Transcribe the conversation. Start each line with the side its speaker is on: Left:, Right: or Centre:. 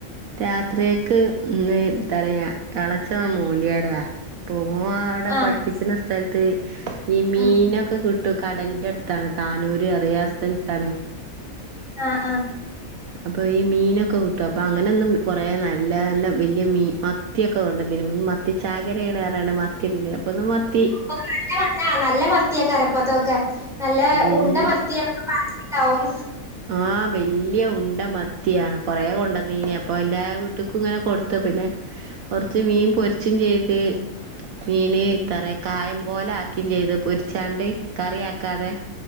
Right: രാത്രിയക്ക് ഇന്ന് തരയാ തളച്ച മൂലിയാര പോ ഓ അവിടെ
Centre: ആഹ്
Right: പഠിപ്പിച്ച്ണ സ്ഥലത്ത് ഈ മീനൊക്കെ
Centre: ഉം
Right: കിട്ടും കടലിന്റെടുത്താണ് താനൂര് അറിയാത്തഒരു സ്ഥലത്താണ്
Centre: ആ ആ
Right: അപ്പൊ ഈ മീനൊക്കെ കിട്ടും അപ്പൊ അങ്ങനൊന്നും കൊറേ നല്ല നല്ല വല്യ മീ മത്തിയൊക്കെ കൊണ്ട്- മത്തി ചാകരേയായ കാരണമാണ് കൊണ്ടാണ് അപ്പോൾ മത്തി- ഒന്ന് മത്തി
Centre: നല്ല മ ആ നല്ല മത്തിയേക്കാരപ്പത്തൊക്കെ നല്ല
Right: വലിയ
Centre: ഉണ്ട മത്തി അപ്പ പനഞ്ഞിണ്ടാവും
Right: ആ വല്യ ഉണ്ട മത്തിയാണ് കൊറേ കൊണ്ടന്നീനി അപ്പൊ എല്ലാ വീട്ട്ക്കുംങ്ങനെ കൊടുത്തു പിന്നെ- കൊറച്ച് മീൻ പൊരിച്ചും ചെയ്ത് മീന് ഇത്ര കായം പോലെ ആക്കിം ചെയ്ത് പൊരിച്ചാണ്ട് കറി ആക്കാതെ-